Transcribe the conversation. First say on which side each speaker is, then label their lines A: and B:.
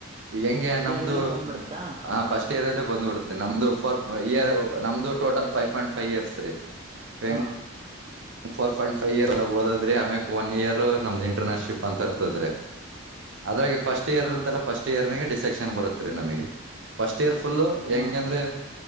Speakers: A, on the right; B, on the right.
A: ಹೆಂಗೆ
B: ಫಸ್ಟ್
A: ನಮ್ದು
B: ಇಯರ್ ಅಲ್ಲೇ ಬಂದ್ಬಿಡ್ತಾ
A: ಆ ಫಸ್ಟ್ ಇಯರ್ ಅಲ್ಲೇ ಬಂದ್ಬಿಡುತ್ತೆನೆ ನಮ್ದು ಫೋರ್ ಇಯರ್. ನಮ್ದು total five point five years ರೀ. ಇವ್
B: ಹಾ.
A: ಫೋರ್ ಪಾಯಿಂಟ್ ಫೈವ್ ಇಯರ್ ಎಲ್ಲ ಓದುದ್ರೆ ಆಮ್ಯಕ್ ಒನ್ ಇಯರ್ ನಮ್ದು ಇಂಟರ್ನನ್ಶಿಪ್ ಅಂತ ಇರ್ತದ್ರಿ. ಅದ್ರಾಗೆ ಫಸ್ಟ್ ಇಯರ್
B: ಹಾ
A: ಇರುತ್ತಲ್ಲ ಫಸ್ಟ್ ಇಯರ್ ನಾಗೆ ಡಿಸ್ಸೆಕ್ಷನ್ ಬರುತ್ರಿ ನಮಗೆ ಫಸ್ಟ್ ಇಯರ್ ಫುಲ್ಲು ಹೆಂಗ್
B: ಹಾ
A: ಅಂದ್ರೆ